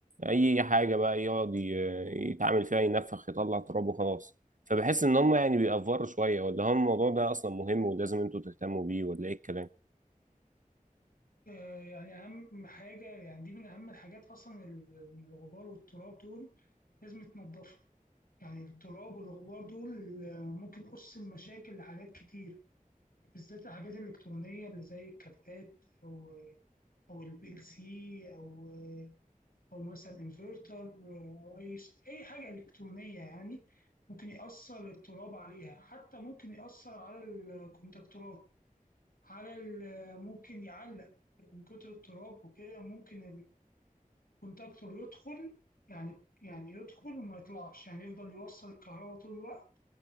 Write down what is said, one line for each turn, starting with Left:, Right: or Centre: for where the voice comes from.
Right: أي حاجة بقى يقعد ي- يتعامل فيها ينفخ يطلع تراب وخلاص فبحس ان هم يعني بيأفوروا شويه ولا هم الموضوع ده اصلا مهم ولازم انتوا تهتموا بيه ولا ايه الكلام
Left: آه، يعني أهم حاجة يعني دي من أهم الحاجات أصلا ال- الغبار والتراب دول لازم يتنضفوا يعني التراب والغبار دول آه، ممكن أس المشاكل لحاجات كتير بالذات الحاجات الإلكترونية اللي زي الكارتات أو أو البي ال سي أو أو مثلا انفرتر أو أي أي حاجة إلكترونية يعني ممكن يأثر التراب عليها حتى ممكن يأثر على الكونتاكتورات على ال- ممكن يعلق من كتر التراب وكده ممكن الكونتاكتور يدخل يعني يعني يدخل وما يطلعش يعني يفضل يوصل الكهرباء طول الوقت